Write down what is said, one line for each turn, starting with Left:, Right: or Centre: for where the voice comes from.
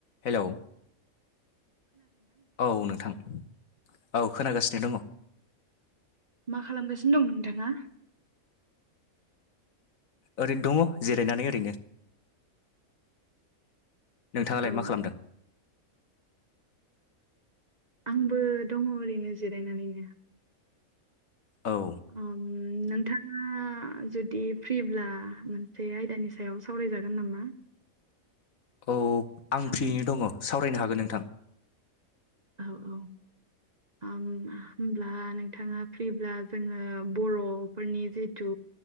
Left: Hello औ नोंथां औ खोनागासिनो दङ
Right: मा खालामगासिनो दं नोंथाङा
Left: ओरैनो दङ जिरायनानै ओरैनो नोंथाङालाय
Right: औ
Left: मा खालामदों
Right: आंबो दङ ओरैनो जिरायनानैनो
Left: औ
Right: ओम‌ नोंथाङा ङा जुदि फ्रिब्ला मोनसे आयदानि सायाव सावरायजागोन नामा?
Left: औ आं
Right: सावरायनो
Left: फ्रियैनो दङ सावरायनो हागोन नोंथां।
Right: औ औ ओम होमब्ला नोंथाङा फ्रिब्ला जोङो बर'फोरनि जिथु